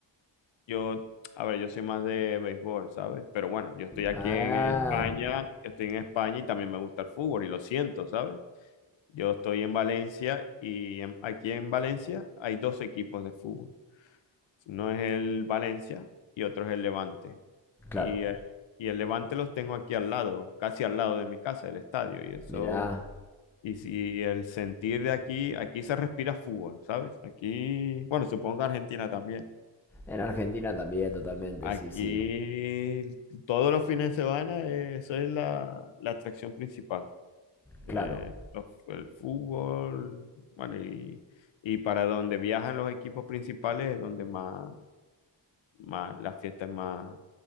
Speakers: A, on the left; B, in the centre.
A: yo, a ver, yo soy más de béisbol, ¿sabes? Pero bueno, yo estoy aquí
B: Ah,
A: en España, yo estoy en España y también me gusta el fútbol y lo siento, ¿sabes? Yo estoy en Valencia y en- aquí en Valencia hay dos equipos de fútbol. Uno es el Valencia y otro es el Levante.
B: claro.
A: Y, eh, y el Levante los tengo aquí al lado, casi al lado de mi casa, el estadio. Y eso...
B: Mirá,
A: Y si el sentir de aquí, aquí se respira fútbol, ¿sabes? Aquí, bueno, supongo que Argentina también.
B: en Argentina también, totalmente,
A: Aquí
B: sí, sí.
A: todos los fines de semana, eh, eso es la, la atracción principal. Eh,
B: Claro.
A: los- el fútbol, bueno, y, y para donde viajan los equipos principales es donde más, más las fiestas más,